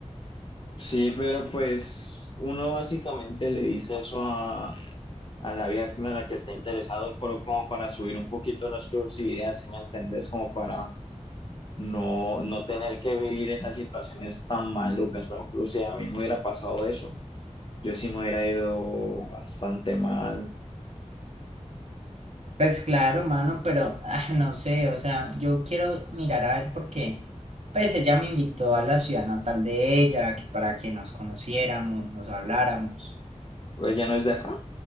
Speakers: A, on the left; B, on the right.
A: Sí, pero pues uno básicamente le dice eso a, a la vieja en la que está interesado, pero como para subir un poquito las curiosidades, si me entendés, como para no, no tener que vivir esas situaciones tan malucas. Por ejemplo, si a mí me hubiera pasado eso, yo sí me hubiera ido bastante mal.
B: Pues claro, mano, pero <laughs> ah, no sé, o sea, yo quiero mirar a ver por qué. Pues ella me invitó a la ciudad natal de ella, que para que nos conociéramos, nos habláramos.
A: ¿Ella no es de acá?